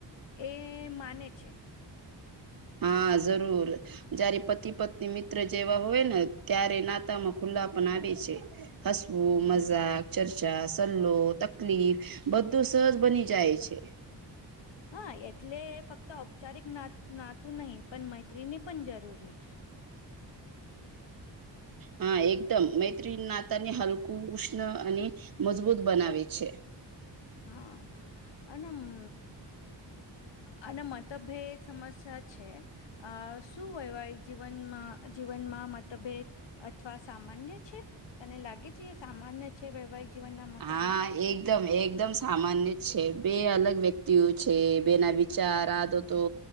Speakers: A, on the left (about 85°); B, on the right (about 50°).
A: એ માને છે.
B: હા, જરૂર જયારે પતિ
A: હમ
B: પત્ની મિત્ર જેવા હોય ને ત્યારે ના તામાં
A: હમ
B: ખુલ્લા પણ આવે છે હસવું
A: હમ
B: મજાક ચર્ચા, સલ્લો, તકલીફ બધું સહજ બની જાય છે.
A: હા એટલે ફક્ત ઔપચારિક ના નાતું નહી પણ મૈતિણી પણ જરૂરી.
B: હા એકદમ મૈત્રી નાતા ને હલકું ઉષ્ણ અને મજબૂત બનાવે છે.
A: હા અનેનમ. અને મતભેદ સમસ્યા છે. અ શું વૈવાહિક જીવનમાં જીવનમાં મતભેદ. અથવા સામાન્ય છે તને લાગે છે સામાન્ય છે વૈવાહિક. જીવનના મતભેદ
B: હા એક એકદમ એકદમ સામાન્ય જ છે બે અલગ વ્યક્તિઓ છે. બેના વિચાર આદતો.